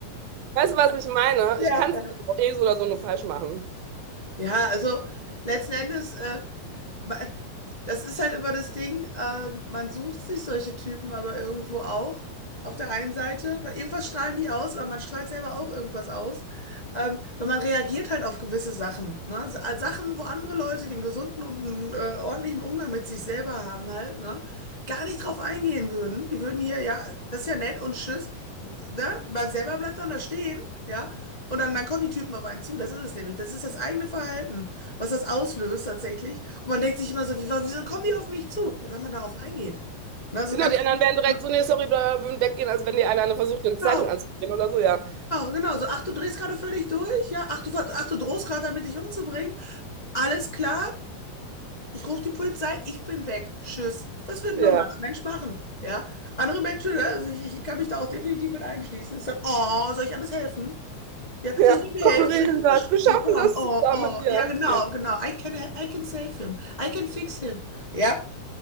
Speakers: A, on the right (about 80°); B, on the left (about 35°).
A: weißt du, was ich meine?
B: ja,
A: Ich kann
B: ja.
A: es auch eh so oder so nur falsch machen.
B: Ja, also letzten Endes. Äh, Ma- Das ist halt immer das Ding, ähm, man sucht sich solche Typen aber irgendwo auch. Auf der einen Seite, weil irgendwas strahlen die aus, aber man strahlt selber auch irgendwas aus. Ähm, weil man reagiert halt auf gewisse Sachen. Ne? Sa- Sachen, wo andere Leute den gesunden und einen, äh, ordentlichen Umgang mit sich selber haben halt, ne? Gar nicht drauf eingehen würden. Die würden hier, ja, das ist ja nett und tschüss. Ne? Man selber bleibt dann da stehen, ja. Und dann, dann kommen die Typen auf einen zu. Das ist es nämlich. Das ist das eigene Verhalten, was das auslöst tatsächlich. Und man denkt sich immer so, wie, wieso kommen die auf mich zu? Ja, wenn man darauf eingeht. na so
A: Genau,
B: ganz,
A: die anderen wären direkt
B: genau,
A: so, nee, sorry, bla, bla, würden weggehen, als wenn die eine, eine versucht, eine Zeitung
B: genau,
A: anzudrehen oder so, ja.
B: genau. So, ach, du drehst gerade völlig durch, ja, ach, du, ver- ach, du drohst gerade damit, dich umzubringen. Alles klar, ich rufe die Polizei, ich bin weg. Tschüss. Das wird ein
A: Ja,
B: normaler Mensch machen, ja. Andere Menschen, ne, also ich, ich ich kann mich da auch definitiv mit einschließen. Ich sage, oh, soll ich alles helfen? Ja,
A: ja,
B: soll ich dir mir
A: komm,
B: helfen?
A: wir regeln
B: Soll ich dir
A: das,
B: unterstützen?
A: wir schaffen
B: Komm,
A: das
B: oh,
A: zusammen,
B: oh.
A: ja.
B: Ja, genau,
A: ja.
B: genau. I can, I can save him. I can fix him. Ja,